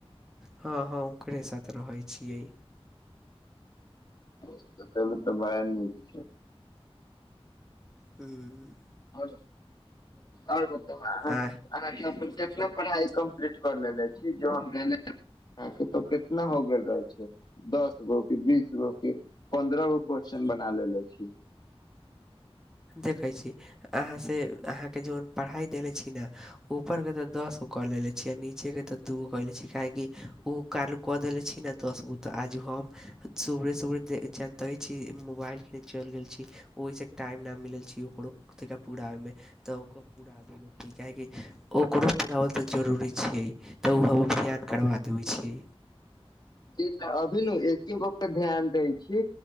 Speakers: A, in the centre; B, on the left (about 40°).
A: हँ हँ ओकरे साथ रहै छियै
B: ओ तऽ चलू तऽ बड़ा नीक छै
A: हूंम्म
B: ओर और बताउ अहाँके
A: आ
B: <unintelligible> अपनो पढ़ाइ कम्पलीट कर लेनेे छी जे हम <unintelligible> देले अहाँके तो कितना हो गेल रहे छै दस गो की बीस गो की पन्द्रह गो क्वेश्चन बना लेेले छी
A: देखै छी अहाँसे अहाँके जोन पढ़ाइ देने छी ने ऊपर के तऽ दस गो कऽ लेेले छी आ नीचे के तऽ दू गो कऽ ले छी काहेकि ओ कालू कऽ देले छी ने दसगो तऽ आज हम सुबेरे सुबेरे जानितै छी मोबाइल के चलि गेल छी ओहिसँ टाइम नहि मिलल छी ओकरो तनिका पुराबैमे तऽ ओकर पुराबैमे काहेकि ओकरो पुराबल तऽ जरूरी छै तऽ ओ हम अभियान करबा देबै छियै
B: कि तऽ अभी नु एक्के गो पे ध्यान दै छी